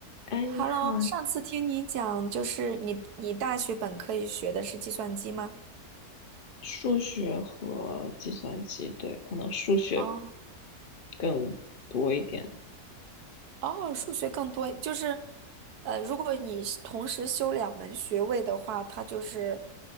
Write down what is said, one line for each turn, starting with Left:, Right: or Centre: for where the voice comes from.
Left: 哎，
Right: Hello，
Left: 你好
Right: 上次听你讲，就是你你大学本科也学的是计算机吗？
Left: 数学和计算机，对，可能数学
Right: 哦
Left: 更多一点。
Right: 哦，数学更多，就是呃，如果你是同时修两门学位的话，它就是